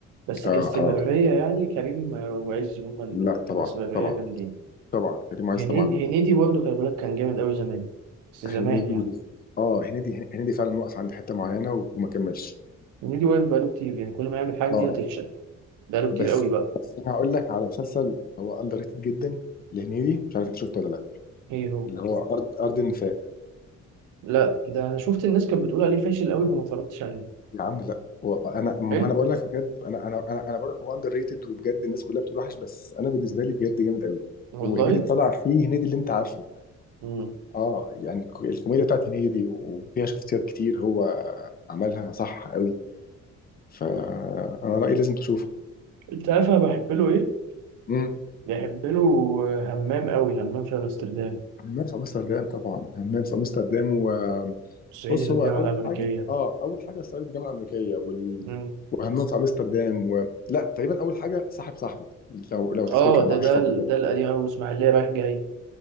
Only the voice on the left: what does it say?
اه
اه
لا
طبعا
طبعا
طبعا كريم عايز
طبعا
هنيدي
اه هنيدي هنيدي فعلا وقف عند حته معينه و- وما كملش
اه
بس
بس انا هقول لك على مسلسل هو اندر ريتد جدا لهنيدي مش عارف انت شفته ولا لا
اللي هو ارض ارض النفاق
يا عم لا و- وانا ما
انا بقول لك بجد انا انا انا انا بقول لك هو اندر ريتد وبجد الناس كلها بتقول وحش بس انا بالنسبه لي بجد جامد قوي
وهنيدي طلع فيه هنيدي اللي انت عارفه
اه يعني الكو- الكوميديا بتاعت هنيدي وفيها شخصيات كتير هو عملها صح قوي فانا رايي لازم تشوفه
امم
همام في امستردام طبعا همام في امستردام وبص
هو
اول
حاجه اه اول حاجه صعيدي في الجامعه الامريكيه وال...
وهمام في امستردام و... لا تقريبا اول حاجه صاحب صاحبه لو لو تفتكر
مع
اشرف عبد
الباقي